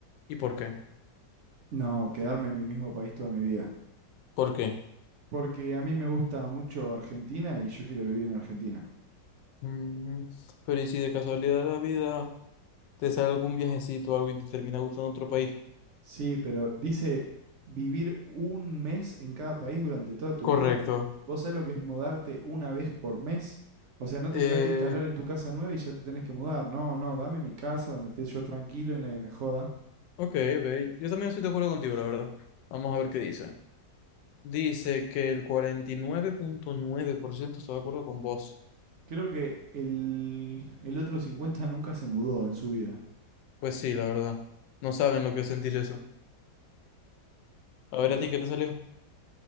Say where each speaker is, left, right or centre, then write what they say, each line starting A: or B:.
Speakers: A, on the left; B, on the right.
A: ¿Y por qué?
B: No, quedarme en mi mismo país toda mi vida.
A: ¿Por qué?
B: Porque a mí me gusta mucho Argentina y yo quiero vivir en Argentina.
A: Mm, pero ¿y si de casualidad de la vida te sale algún viajecito o algo y te termina gustando otro país?
B: Sí, pero dice vivir un mes en cada país durante toda tu
A: Correcto.
B: vida. ¿Vo- ¿Vos sabés lo que es mudarte una vez por mes? O sea, no te
A: Eh,
B: llegaste a instalar en tu casa nueva y ya te tenés que mudar. No, no, dame mi casa donde esté yo tranquilo y nadie me joda.
A: ok, ok. Yo también estoy de acuerdo contigo, la verdad. Vamos a ver qué dice. Dice que el cuarenta y nueve punto nueve por ciento está de acuerdo con vos.
B: Creo que el, el otro 50 nunca se mudó en su vida.
A: Pues sí, la verdad. No saben lo que es sentir eso. A ver,
B: Total.
A: ¿a ti qué te salió?